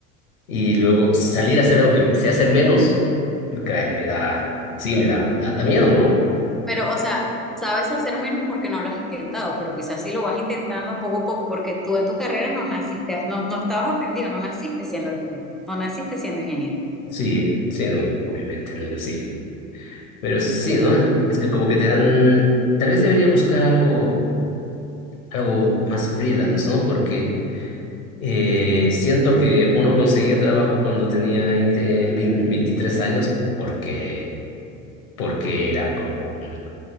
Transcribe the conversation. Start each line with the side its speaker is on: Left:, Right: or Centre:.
Left: y luego salir a hacer algo que sé hacer menos, me cae, me da, sí, me da, da, da miedo, ¿no?
Centre: Pero, o sea, sabes hacer menos porque no lo has intentado, pero quizás sí lo vas intentando poco a poco, porque tú en tu carrera no naciste, no, no estabas aprendido, no naciste siendo arquitecto, no naciste siendo ingeniero.
Left: Sí, sí, no, obviamente, no, no, sí. Pero sí, ¿no? Es, es que como que te dan, tal vez debería buscar algo, algo más freelance, ¿no? Porque eh, siento que uno conseguía trabajo cuando tenía 20, 20, 23 años porque, porque era como un-